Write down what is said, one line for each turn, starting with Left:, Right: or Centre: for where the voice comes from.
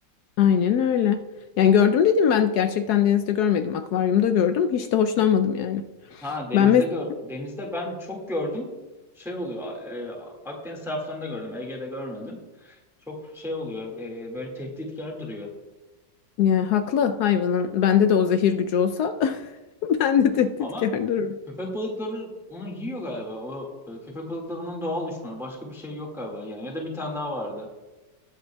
Left: Aynen öyle. Yani gördüm dedim ben gerçekten denizde görmedim. Akvaryumda gördüm. Hiç de hoşlanmadım yani.
Centre: Ha denizde
Left: Ben mesela
Centre: gör denizde ben çok gördüm. Şey oluyor. a- e, Akdeniz taraflarında gördüm. Ege'de görmedim. Çok şey oluyor. e, böyle tehditkar duruyor.
Left: yani haklı hayvanın. Bende de o zehir gücü olsa <laughs> ben de tehditkar
Centre: Ama
Left: dururum.
Centre: köpek balıkları onu yiyor galiba. O e, köpek balıkları onun doğal düşmanı. Başka bir şey yok galiba. Yani ya da bir tane daha vardı.